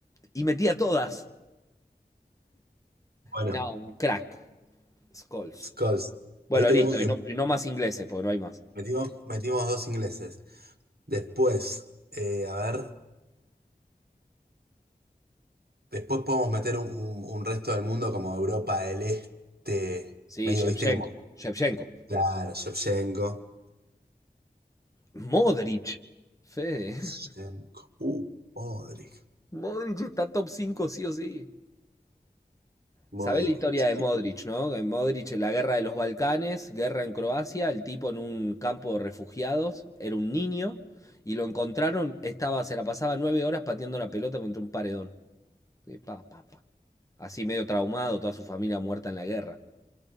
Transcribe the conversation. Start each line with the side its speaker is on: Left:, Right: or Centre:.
Left: y metía todas.
Right: Bueno,
Left: No, un crack, Scholes.
Right: Scholes.
Left: Bueno,
Right: Ahí tenemos.
Left: listo, y
Right: eh,
Left: no, y no más ingleses, porque no hay más.
Right: Metimos, metimos dos ingleses. Después, eh, a ver, después podemos meter un, un- un resto del mundo como Europa del Este,
Left: Sí,
Right: medio,
Left: Shevchenko,
Right: viste, como,
Left: Shevchenko.
Right: claro, Shevchenko,
Left: Modric. Fede.
Right: Shevchenko, uh, Modric,
Left: Modric está top 5 sí o sí.
Right: Modric.
Left: ¿Sabés la historia de Modric, no? En Modric, en la guerra de los Balcanes, guerra en Croacia, el tipo en un campo de refugiados, era un niño, y lo encontraron, estaba, se la pasaba nueve horas pateando la pelota contra un paredón. Eh, pa, pa, pa. Así medio traumado, toda su familia muerta en la guerra.